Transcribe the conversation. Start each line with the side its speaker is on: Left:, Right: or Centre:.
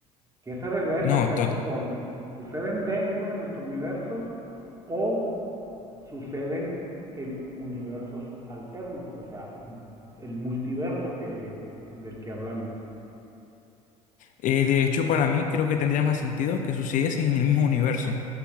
Right: ¿Que esas realidades
Left: una
Right: alternas son, suceden dentro de nuestro universo o suceden en universos alternos, o sea, el multiverso que del que hablamos.
Left: Eh, de hecho, para mí creo que tendría más sentido que sucediesen en el mismo universo,